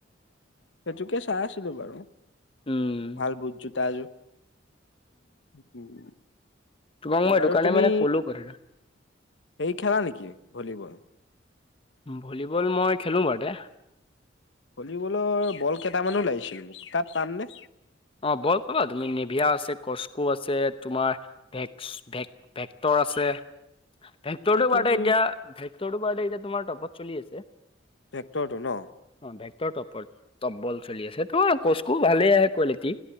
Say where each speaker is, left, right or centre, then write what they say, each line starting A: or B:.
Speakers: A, on the left; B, on the left.
A: সেইটোকে চাই আছিলো বাৰু
B: উম
A: ভাল বুট জোতা এযোৰ। উম।
B: তোমাক মই
A: বাৰু
B: এইটো কাৰণে
A: তুমি
B: মানে ক'লো কথাটো
A: হেৰি খেলা নেকি ভলীবল।
B: ভলীবল মই খেলো বাৰু দে।
A: ভলীবলৰ বল কেইটামানো লাগিছিল মোক তাত পামনে?
B: অ বল পাবা তুমি নিভিয়া আছে। কস্কো আছে তোমাৰ ভেক-ভেক-ভেক্টৰ আছে। ভেকক্টৰ
A: এই কিন্তু
B: বাৰে এতিয়া ভেকক্টৰৰ বাৰে এতিয়া তোমাৰ টপত চলি আছে।
A: ভেক্টৰটো ন।
B: অ ভেক্টৰ টপৰ টপ্বল চলি আছে কচকো ভালে আহে কোৱালিটি